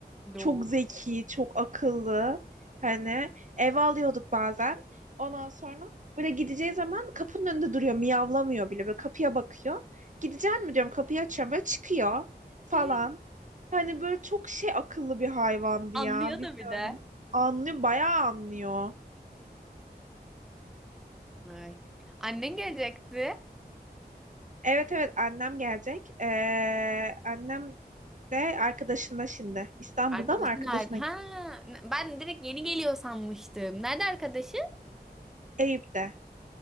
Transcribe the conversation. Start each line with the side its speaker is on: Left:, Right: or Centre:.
Centre: Doğru.
Right: çok zeki, çok akıllı. Hani eve alıyorduk bazen. Ondan sonra böyle gideceği zaman kapının önünde duruyor. Miyavlamıyor bile. Böyle kapıya bakıyor. Gideceğim mi diyorum kapıyı açıyorum. Böyle çıkıyor falan.
Centre: <laughs>
Right: Hani böyle çok şey akıllı bir hayvandı
Centre: Anlıyor
Right: ya. Bilmiyorum.
Centre: da bir de.
Right: Anlıyor. Bayağı anlıyor.
Centre: Ay. Annen gelecekti.
Right: Evet evet annem gelecek. Ee, annem de arkadaşında şimdi. İstanbul'da
Centre: Arkadaşın
Right: mı arkadaşına
Centre: nerede? Ha,
Right: gitti?
Centre: ben direkt yeni geliyor sanmıştım. Nerede arkadaşı?
Right: Eyüp'te.